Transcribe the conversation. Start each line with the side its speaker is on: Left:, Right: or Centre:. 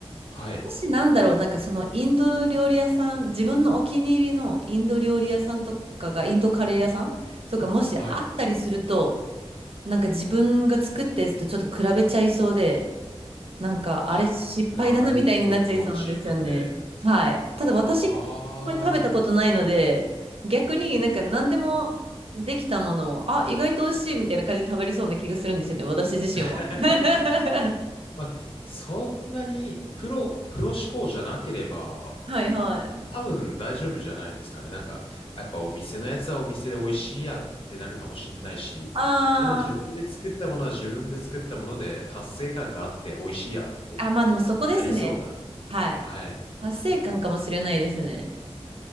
Left: はい、
Right: もしなんだろう、なんかそのインド料理屋さん、自分のお気に入りのインド料理屋さんとかが、インドカレー屋さんとかもしあったりすると、
Left: はい。
Right: なんか自分が作ったやつとちょっと比べちゃいそうで、なんか、あれ失敗だなみたいになっちゃいそうなんですよね。
Left: あ、なるほど、自分で。
Right: はい。ただ私、
Left: ああ。
Right: あんまり食べたことないので、逆になんか何でもできたものを、あ、意外と美味しいみたいな感じで食べれそうな気がするんですよね、私自身は。
Left: <laughs>
Right: <laughs>
Left: まあ、そんなにプロ、プロ思考じゃなければ、
Right: はいはい。
Left: 多分大丈夫じゃないですかね。なんか、やっぱお店のやつはお店で美味しいやってなるかもしんないし、
Right: あー、
Left: でも自分で作ったものは自分で作ったもので達成感があって美味しいやって
Right: あ、まあでもそこですね。
Left: なりそうな。
Right: はい。
Left: はい。
Right: 達成感かもしれないですね。